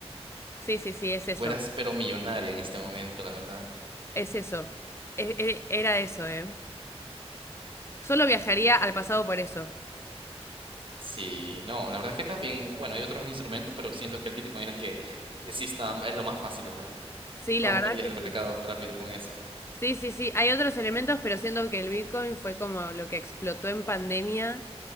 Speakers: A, on the left; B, on the right.
A: Sí, sí, sí, es eso.
B: fueras pero millonaria en este momento, la verdad.
A: Es eso. E- e- Era eso, ¿eh? Solo viajaría al pasado por eso.
B: Sí, no, la verdad es que también, bueno, hay otros instrumentos, pero siento que el Bitcoin es el que eh, sí está, es lo más fácil, ¿verdad?
A: Sí,
B: Romperías
A: la verdad que
B: el
A: sí.
B: mercado rápido con eso.
A: Sí, sí, sí. Hay otros elementos, pero siento que el bitcoin fue como lo que explotó en pandemia